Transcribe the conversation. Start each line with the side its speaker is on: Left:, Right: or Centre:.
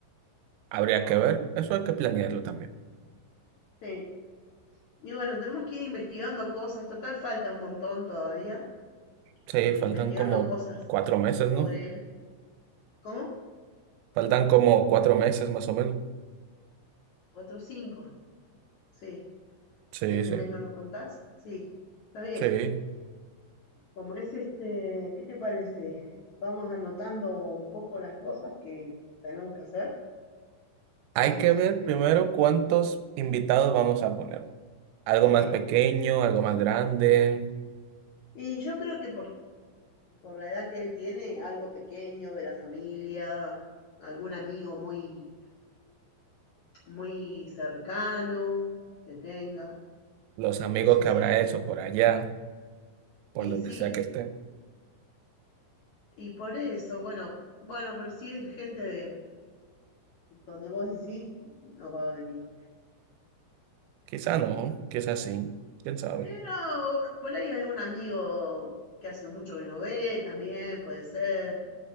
Right: habría que ver, eso hay que planearlo también.
Left: sí. Y bueno, tenemos que ir investigando cosas, total falta un montón todavía,
Right: Sí,
Left: y
Right: faltan
Left: investigando
Right: como
Left: cosas
Right: cuatro meses,
Left: sobre
Right: ¿no?
Left: él ¿Cómo?
Right: Faltan como cuatro meses más o menos.
Left: Cuatro, cinco. Sí.
Right: Sí,
Left: Si este
Right: sí.
Left: mes no lo contás, sí. Está bien.
Right: Sí.
Left: Como es este, ¿qué te parece? Vamos anotando un poco las cosas que tenemos que hacer.
Right: Hay
Left: Y
Right: que ver primero cuántos invitados vamos a poner. Algo más
Left: sí.
Right: pequeño, algo más grande,
Left: Y yo creo que por, por la edad que él tiene, algo pequeño de la familia, algún amigo muy, muy cercano que tenga,
Right: los amigos
Left: eso
Right: que
Left: sí.
Right: habrá hecho por allá, por
Left: Y
Right: donde
Left: sí,
Right: sea que esté.
Left: y por eso, bueno, bueno, pero si es gente de donde vos decís, no va a venir.
Right: Quizá no, quizá sí, quién sabe.
Left: Pero por ahí algún amigo que hace mucho que no ve también puede ser.